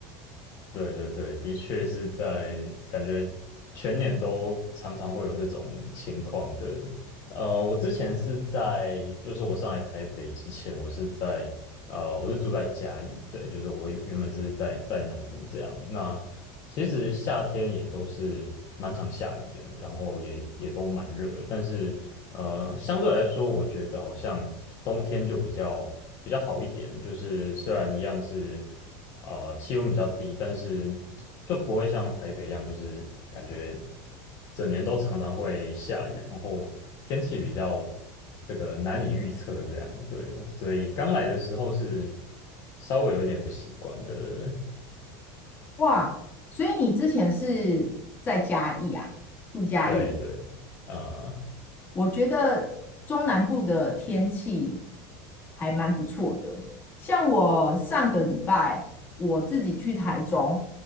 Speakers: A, on the left; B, on the left.
A: 对对对，的确是在感觉全年都常常会有这种情况的人。呃，我之前是在，就是我上来台北之前，我是在呃，我是住在嘉义，对，就是我原原本是在在南部这样。那其实夏天也都是蛮常下雨的，然后也也都蛮热的但是呃，相对来说，我觉得好像冬天就比较比较好一点，就是虽然一样是呃气温比较低，但是就不会像台北一样，就是感觉。整年都常常会下雨，然后天气比较这个难以预测，这样对，所以刚来的时候是稍微有一点不习惯的，
B: 哇，所以你之前是在嘉义啊，住嘉义。
A: 对对，啊、
B: 我觉得中南部的天气还蛮不错的。像我上个礼拜我自己去台中，